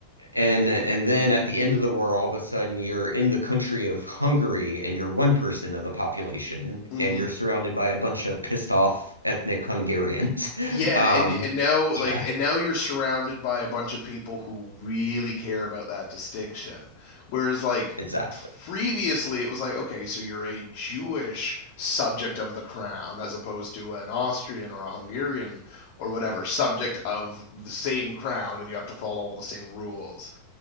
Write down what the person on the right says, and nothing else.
and and then at the end of the war, all of a sudden you're in the country of Hungary and you're one percent of the population,
and you're surrounded by a bunch of pissed off ethnic Hungarians. <laughs>
Um,
yeah,
exactly.